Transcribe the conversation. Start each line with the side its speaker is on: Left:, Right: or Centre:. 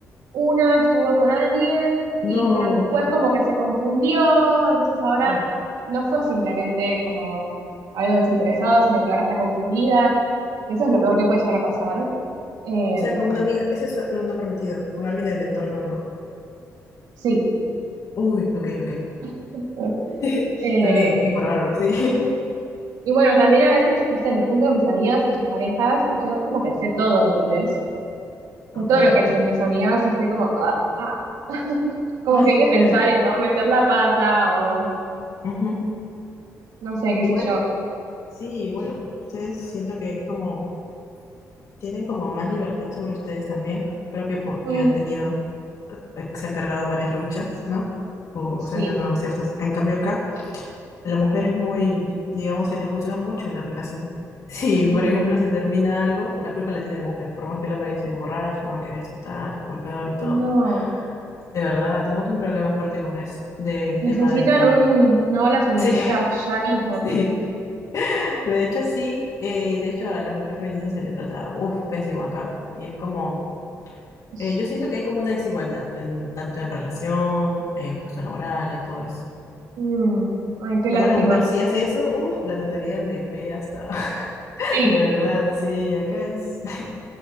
Right: una estuvo con alguien,
Left: No,
Right: y, pero después como que se confundió, entonces ahora
Left: claro.
Right: no fue simplemente como algo desinteresado, sino que ahora está confundida, y eso es lo peor que puede llegar a pasar. Em,
Left: O sea, con una amiga, eso es algo no permitido. Con alguien del entorno, no.
Right: sí.
Left: Uy, ok, ok.
Right: <laughs>
Left: <laughs>
Right: Eh,
Left: Tengo que informarme, sí. <laughs>
Right: y bueno, también a veces, no sé, me junto con mis amigas y sus parejas y yo como que sé todo, ¿entendés?
Left: Ok,
Right: de todo lo que
Left: ok.
Right: hacen mis amigas, y estoy como, ah, ah. <laughs> Como
Left: Ay,
Right: que hay
Left: qué
Right: que
Left: chévere.
Right: pensar en no meter la pata o
Left: Ujú.
Right: no sé, qué
Left: Igual
Right: sé yo.
Left: Sí, igual ustedes siento que es como, tienen como más libertad sobre ustedes también. Creo que porque
Right: Mm,
Left: han tenido, eh, se han cargado varias luchas, ¿no? O
Right: sí,
Left: se han ganado ciertas. En cambio acá, la mujer es muy, digamos, se le juzga mucho en la relación. Si,
Right: Mm,
Left: por ejemplo, se termina algo, la culpa la tiene la mujer. Por más que el hombre haya sido borracho, por más que haya sido tal, golpeador y todo.
Right: no.
Left: De verdad, tenemos un problema fuerte con eso, del tema
Right: Necesitan
Left: de que,
Right: un, una ola feminista
Left: <laughs> sí,
Right: ya mismo.
Left: Sí. De hecho, sí, eh, y de hecho a la mujer feminista se le trata, uff, pésimo acá. Y es como,
Right: Es-
Left: eh, yo siento que hay como una desigualdad, en, tanto en relación, en puesto laboral, en todo eso.
Right: mm, ay, qué lástima.
Left: Acá la mujer si hace eso, uff, la tratarían de pe hasta, <laughs>
Right: Sí,
Left: de verdad, sí, acá es <laughs>